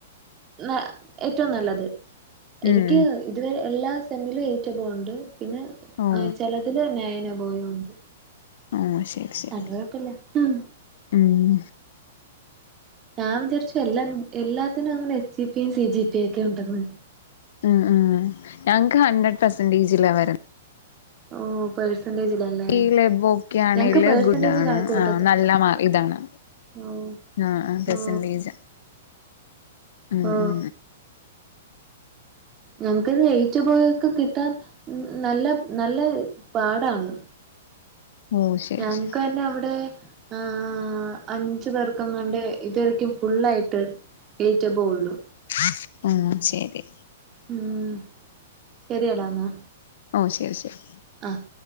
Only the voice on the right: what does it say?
ന ഏറ്റവും നല്ലത് എനിക്ക്
ഇതുവരെ എല്ലാ സെമില് ഏറ്റ ബോണ്ട് പിന്നെ
ചിലതിൽ നൈൻ പോയുണ്ട്
അത് കുഴപ്പൊല ഹും
ഞാൻ വിചാരിച്ചു എല്ല എല്ലാത്തിനും അങ്ങനെ എസ് ജിപിയും സി ജിപിയും ഒക്കെ ഉണ്ടന്ന്
ഓ പേഴ്സന്റേജിലല്ലേ
ഞങ്ങക്ക് പേഴ്സന്റേജ്
കണക്ക് കൂട്ടത്തില്ല
ഓ
ഓ
ഓ
ഞങ്ങക്ക്ത് എയിറ്റപോയൊക്കെ കിട്ടാൻ നല്ല നല്ല പാടാണ്
ഞങ്ങക്ക്
തന്നെ അവിടെ ആ അഞ്ചു പേർക്കങ്ങാണ്ട് ഇതുവരെക്കും ഫുള്ളായിട്ട് എയ്റ്റ് എബോവ് ഉള്ളു
ഉം ശരിയടാന്നാ
ആഹ്